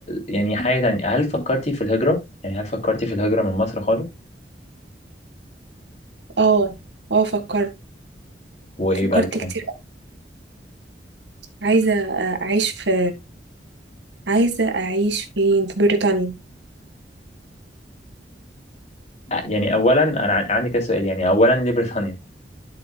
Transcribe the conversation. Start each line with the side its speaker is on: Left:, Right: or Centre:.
Left: يعني حاجة تانية هل فكرتي في الهجرة يعني هل فكرتي في الهجرة من مصر خالص
Right: اه اه فكرت
Left: وايه
Right: فكرت
Left: بقى الكلام
Right: كتير عايزة أعيش في عايزة أعيش فين في بريطانيا
Left: يعني اولا انا عن- عندي كذا سؤال يعني اولا ليه بريطانيا